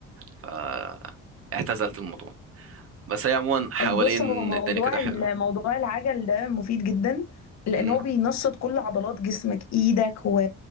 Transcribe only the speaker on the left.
بص هو موضوع
ال- موضوع العجل ده مفيد جدا لان
هو بينشط كل عضلات جسمك ايدك و...